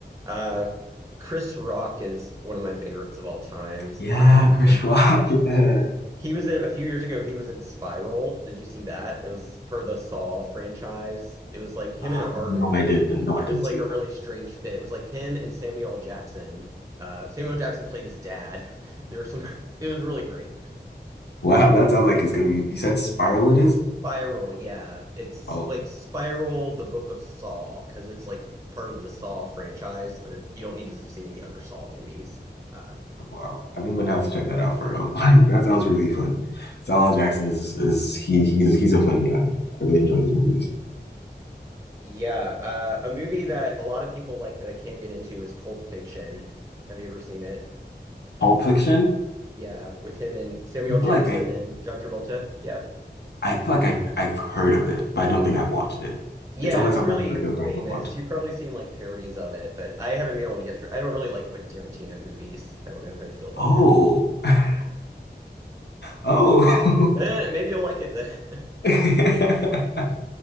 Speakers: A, on the right (about 20°); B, on the left (about 70°).
A: uh Chris Rock is one of my favorites of all times.
B: Yeah,
A: Um
B: Chris Rock. <laughs> Yeah.
A: He was in a few years ago, he was in Spiral. Did you see that? It was per the Saw franchise. It was like him
B: Uh,
A: in a horror
B: no,
A: movie.
B: I didn't. No,
A: It
B: I
A: was
B: didn't
A: like
B: see
A: a
B: that.
A: really strange fit. It was like him and Samuel Jackson. Uh, Samuel Jackson played his dad. <laughs> There were some, <laughs> it was really great.
B: Wow, that sounds like it's gonna be. You said Spiral it is?
A: Spiral, yeah. It's
B: Oh,
A: like Spiral, the Book of Saw, because it's like part of the Saw franchise, but it, you don't need to have seen the other Saw movies. Uh,
B: wow. I think I'm gonna have to check that out for real. <laughs> Like that sounds really fun. Samuel L. Jackson is is he he's he's a funny guy. I really enjoy his movies.
A: yeah, uh, a movie that a lot of people like that I can't get into is Pulp Fiction. Have you ever seen it?
B: Pulp Fiction?
A: Yeah, with him and Samuel
B: I feel
A: Jackson
B: like I
A: and John Travolta. Yeah.
B: I feel like I I've I've heard of it, but I don't think I've watched it.
A: Yeah,
B: It sounds like
A: it's
B: something
A: really
B: I've heard
A: famous.
B: of, but I haven't watched
A: You've
B: it.
A: probably seen like parodies of it, but I haven't been able to get through. I don't really like Quentin Tarantino movies. I don't know how you feel about
B: Oh,
A: him.
B: <laughs> oh.
A: Eh, maybe you'll like it then. <laughs>
B: <laughs>